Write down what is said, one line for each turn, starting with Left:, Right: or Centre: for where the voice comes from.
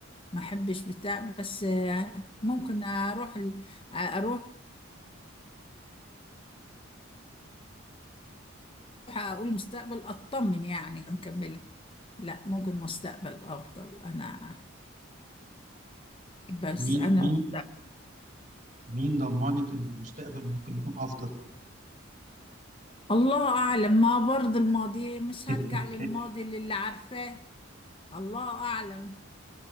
Left: ما احبش بتاع بس آه، ممكن اروح ال- اروح اقول مستقبل اطمن يعني نكملها لا ممكن مستقبل افضل انا بس
Right: مين
Left: انا
Right: مين مين ضمنك ان المستقبل ممكن يكون افضل
Left: الله اعلم ما برضه الماضي مش
Right: <laughs>
Left: هرجع للماضي اللي عارفاه الله اعلم